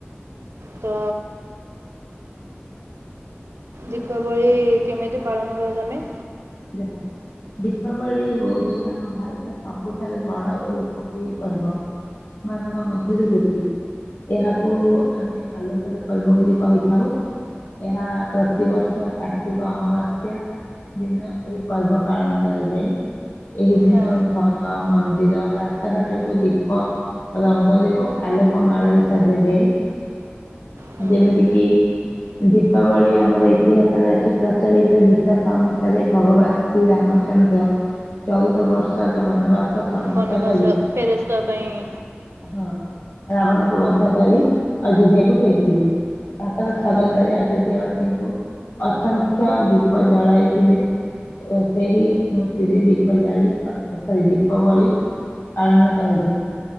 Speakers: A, on the right; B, on the left.
A: ତ ଦୀପାବଳି
B: ତ
A: କେମିତି ପାଳନ କର ତମେ?
B: ଦେଖା। ଦୀପାବଳି ହେଉଛି ଆମ ଭାରତର ସବୁଠାରୁ ବଡ଼ ଓ ଲୋକପ୍ରିୟ ପର୍ବ। ମାନଙ୍କ ମଧ୍ୟରେ ଗୋଟିଏ। ଏହାକୁ ଆମେ ଆଲୋକର ପର୍ବ ବୋଲି କହିଥାଉ। ଏହା ପ୍ରତିବର୍ଷ କାର୍ତ୍ତିକ ଅମାବାସ୍ୟା ଦିନ ଏହି ପର୍ବ ପାଳନ କରାଯାଏ। ଏହି ଦିନ
A: ହଁ
B: ଘର ମନ୍ଦିର ରାସ୍ତାଘାଟକୁ ଦୀପ ରଙ୍ଗୋଲି ଓ ଆଲୋକ ମାଳରେ ସଜାଯାଏ
A: ହଁ।
B: ଯେମିତି କିି ଦୀପାବଳି ଆମର ଇତିହାସରେ ଅଛି ପ୍ରଚଳିତ ବିକାସ ଅନୁସା ଭଗବାନ ଶ୍ରୀ ରାମଚନ୍ଦ୍ର ଚଉଦ ବର୍ଷର ବନବାସ ସମାପ୍ତ
A: ବନବାସ
B: କରି
A: ଫେରସ୍ତ୍ ହବା ପାଇଁ
B: ହଁ, ରାବଣକୁ ବଧ କରି ଅଯୋଧ୍ୟାକୁ ଫେରିଥିଲେ। ତାଙ୍କର ସ୍ଵାଗତରେ
A: ହଁ
B: ଅଯୋଧ୍ୟାବାସୀଙ୍କୁ ଅସଂଖ୍ୟ ଦୀପ ଜଳାଇଥିଲେ। ଓ ସେହି ସ୍ମୃତିରେ ଦୀପ ଜାଳି ସରି ଦୀପବଳି ପାଳନ କରାଯାଏ।